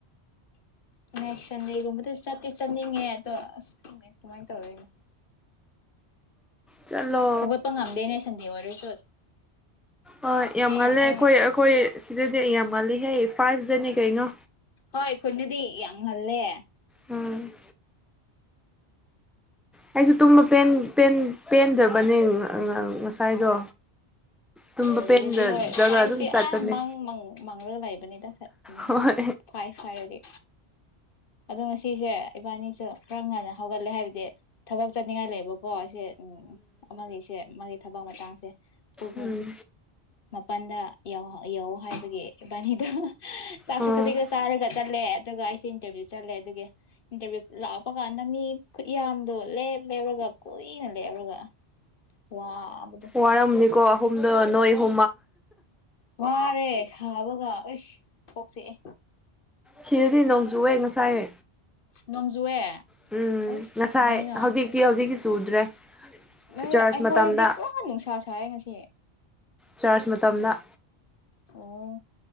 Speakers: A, on the left; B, in the centre.
A: <unintelligible> ꯆꯟꯗꯦꯒꯨꯝꯕꯗꯨ ꯆꯠꯤ ꯆꯇ꯭ ꯅꯤꯉꯦ ꯑꯗꯣ ꯎꯏ ꯈꯪꯗꯦ ꯀꯃꯥꯏꯅ ꯇꯧꯗꯣꯏꯅꯣ
B: ꯆꯠꯂꯣ
A: ꯍꯧꯒꯠꯄ ꯉꯝꯗꯦꯅꯦ ꯁꯟꯗꯦ ꯑꯣꯏꯔꯁꯨ
B: ꯍꯣꯏ
A: ꯊꯦꯡꯉ
B: ꯌꯥꯝ ꯉꯂꯦ
A: ꯊꯦꯡꯉ
B: ꯑꯩꯈꯣꯏ ꯑꯩꯈꯣꯏ ꯁꯤꯗꯗꯤ ꯌꯥꯝ ꯉꯜꯂꯤ <unintelligible> ꯀꯩꯩꯅꯣ
A: ꯍꯣꯏ ꯈꯨꯟꯗꯥꯗꯤ ꯌꯥꯝ ꯉꯥꯂꯦ
B: ꯎꯝ ꯑꯩꯁꯨ ꯇꯨꯝꯕ ꯄꯦꯟ ꯄꯦꯟ ꯄꯦꯟꯗꯕꯅꯦ ꯉꯁꯥꯏꯗꯣ ꯇꯨꯝꯕ
A: ꯁꯥꯟꯗꯦꯗꯗꯤ
B: ꯄꯦꯟꯗ꯭ꯔꯒ
A: ꯍꯣꯏ ꯐꯥꯏꯕꯇꯤ
B: ꯑꯗꯨꯝ ꯆꯠꯄꯅꯦ
A: ꯑꯥ ꯃꯥꯡ ꯃꯥꯡꯂꯒ ꯂꯩꯕꯅꯤꯗ ꯉꯥꯁꯥꯏ
B: ꯍꯣꯏ
A: ꯐꯥꯏꯕ ꯍꯥꯏꯔꯗꯤ ꯑꯗꯣ ꯉꯁꯤꯁꯦ ꯏꯕꯥꯅꯤꯁꯦ ꯈꯔ ꯉꯟꯅ ꯍꯧꯒꯠꯂꯦ ꯍꯥꯏꯕꯗꯤ ꯊꯕꯛ ꯆꯠꯅꯤꯉꯥꯏ ꯂꯩꯕꯀꯣ ꯑꯁꯤ ꯎꯝ ꯑꯥꯃꯥꯒꯤꯁꯦ ꯃꯥꯒꯤ ꯊꯕꯛ ꯃꯇꯥꯡꯁꯦ ꯄꯨꯡ
B: ꯎꯝ
A: ꯃꯥꯄꯜꯗ ꯌꯥꯧ ꯍꯥꯏꯕꯒꯤ ꯏꯕꯥꯅꯤꯗꯣ ꯆꯥꯛꯁꯨꯦ
B: ꯑꯣ
A: ꯈꯖꯤꯛꯛꯇ ꯆꯥꯔꯒ ꯇꯠꯂꯦ ꯑꯗꯨꯒ ꯑꯩꯁꯨꯦ ꯏꯟꯇꯔꯚꯤꯌꯨ ꯆꯠꯂꯦ ꯑꯗꯨꯒꯤ ꯏꯟꯇꯔꯚꯤꯨ ꯂꯥꯛꯄ ꯀꯥꯟꯗ ꯃꯤ ꯈꯨꯠ ꯌꯥꯝꯗꯣ ꯂꯦꯞ ꯂꯦꯞꯔꯒ ꯀꯨꯏꯅ ꯂꯦꯞꯔꯒ ꯀ
B: ꯋꯥꯔꯝꯅꯤꯀꯣ ꯍꯣꯨꯝꯅ ꯅꯣꯏ ꯍꯣ
A: ꯋꯥꯔꯦ ꯁꯥꯕꯒ ꯑꯩꯁ ꯄꯣꯛꯆꯦꯑꯦ
B: ꯁꯤꯔꯗꯤ ꯅꯣꯡꯆꯨꯦ ꯉꯁꯥꯏ
A: ꯅꯣꯡꯖꯨꯑꯦ
B: ꯎꯝ
A: ꯍꯁ
B: ꯉꯁꯥꯏ
A: ꯀꯃꯥꯏꯅ
B: ꯍꯧꯖꯤꯛꯇꯤ ꯍꯧꯖꯤꯛꯇꯤ ꯆꯨꯗ꯭ꯔꯦ
A: ꯑꯩꯈꯣꯏꯗꯗꯤ
B: ꯆꯔꯆ ꯃꯇꯝꯗ
A: ꯄꯨꯔꯥ ꯅꯨꯡꯁꯥ ꯁꯥꯏ ꯉꯁꯤ
B: ꯆꯥꯔꯖ ꯃꯇꯝꯅ
A: ꯑꯣ